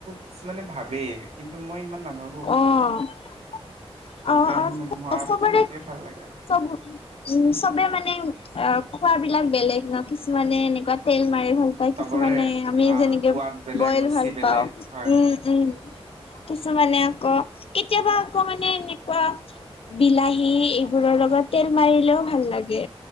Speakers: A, on the right; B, on the left.
A: কিছুমানে ভাবেই কিন্তু মই ইমান নাভাবো।
B: অ' অ'
A: তেল মৰাতকে
B: চবৰে
A: সেইটোৱে ভাল লাগে
B: চব উম চবে, মানে অ' খোৱাবলাক বেলেগ ন কিছুমানে এনেকুৱা তেল মাৰি ভাল ত
A: চবৰে
B: কিছুমানে আমি
A: হা
B: যেনেকে
A: সোৱাদ বেলেগ
B: বইল
A: ৰুচি
B: ভাল
A: বেলেগ
B: পাওঁ,
A: হয়
B: উম উম। কিছু মানে আক কেতিয়াবা আক মানে এনেকুৱা বিলাহী এইবোৰৰ লগত তেল মাৰিলেও ভাল লাগে,